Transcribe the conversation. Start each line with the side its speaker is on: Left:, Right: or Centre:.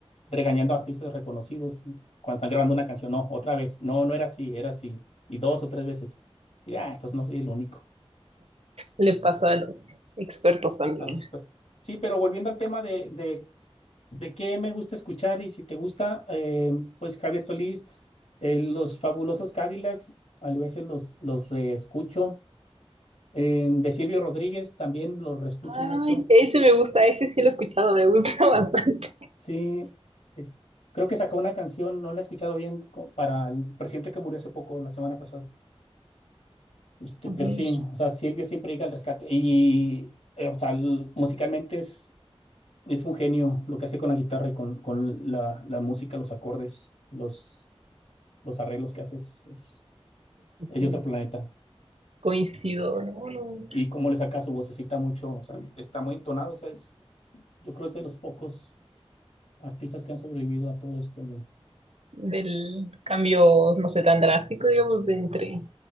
Left: regañando a artistas reconocidos ¿no? cuando están grabando una canción. No, otra vez. No, no era así, era así. Y dos o tres veces. Y ah, entonces no soy el único.
Right: le pasa a los expertos también.
Left: A los expertos. Sí, pero volviendo al tema de, de, de qué me gusta escuchar y si te gusta, eh, pues Javier Solís, eh, los fabulosos Cadillacs, a veces los, los reescucho. Eh, de Silvio Rodríguez también los reescucho
Right: Ay,
Left: mucho.
Right: ese me gusta, ese sí lo he escuchado, me gusta <laughs> bastante.
Left: Sí, es- creo que sacó una canción, no la he escuchado bien, co- para el presidente que murió hace poco, la semana pasada. Este,
Right: A
Left: pero
Right: ver,
Left: sí, o sea, Silvio siempre llega al rescate. Y, eh, o sea, l- musicalmente es, es un genio lo que hace con la guitarra y con, con la, la música, los acordes, los, los arreglos que hace, es, es,
Right: sí, sí.
Left: es de otro planeta.
Right: Coincido, ¿no? No,
Left: Y cómo le saca su vocecita mucho, o sea, está muy entonado, o sea, es, yo creo que es de los pocos artistas que han sobrevivido a todo esto. del-
Right: Del cambio, no sé, tan drástico, digamos, de entre